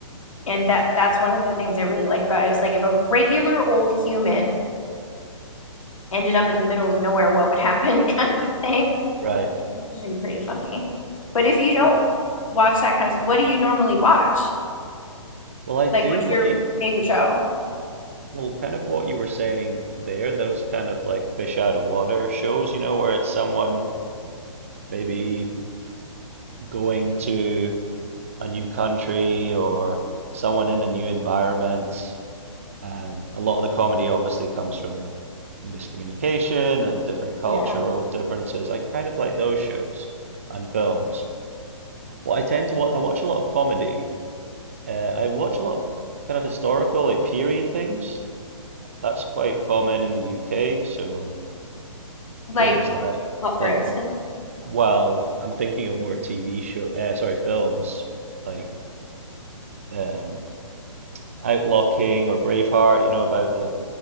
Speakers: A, on the left; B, on the right.
A: And that that's one of the things I really like about it is like if a regular old human ended up in the middle of nowhere, what would happen <laughs> kind of thing.
B: right.
A: It's usually pretty funny. But if you don't
B: I,
A: watch that kind of, what do you normally watch?
B: well, I do
A: Like, what's
B: like,
A: your favorite show?
B: well, kind of what you were saying there, those kind of like fish out of water shows, you know, where it's someone maybe going to a new country or someone in a new environment. And a lot of the comedy obviously comes from miscommunication and different cultural
A: Yeah.
B: differences. I kind of like those shows and films. Well, I tend to wa I watch a lot of comedy. Uh, I watch a lot of kind of historical, like period things. That's quite common in the UK. So
A: Like,
B: things like,
A: what,
B: like,
A: for instance?
B: well, I'm thinking of more TV show, uh, sorry, films like um, Outlaw King or Braveheart. You know about the